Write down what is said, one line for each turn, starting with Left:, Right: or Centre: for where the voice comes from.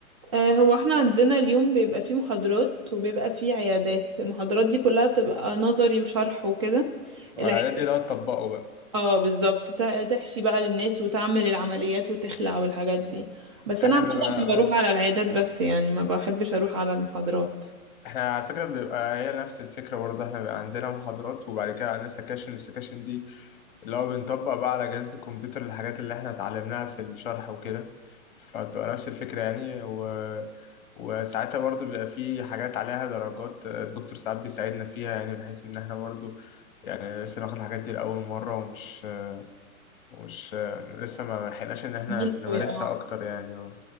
Right: آه، هو احنا عندنا اليوم بيبقى فيه محاضرات وبيبقى فيه عيادات المحاضرات دي كلها بتبقى نظري وشرح وكده
Left: ولا
Right: العيادات
Left: ده دي لو تطبقه بقى
Right: اه بالظبط تع- تحشي بقى للناس وتعمل العمليات وتخلع والحاجات دي بس
Left: احنا
Right: انا عامة
Left: بنبقى
Right: بروح
Left: آه.
Right: على العيادات بس يعني ما بحبش اروح على المحاضرات
Left: احنا على فكرة بيبقى هي نفس الفكرة برضه احنا بيبقى عندنا محاضرات وبعد كده عندنا سكاشن السكاشن دي اللي هو بنطبق بقى على جهاز الكمبيوتر الحاجات اللي احنا اتعلمناها في الشرح وكده فبتبقى نفس الفكرة يعني و... وساعتها برضه بيبقى في حاجات عليها درجات الدكتور ساعات بيساعدنا فيها يعني بحيث ان احنا برضه يعني لسه ناخد الحاجات دي لأول مرة ومش ومش لسه ما لحقناش ان احنا
Right: مين
Left: نمارسها
Right: قوي اه
Left: اكتر يعني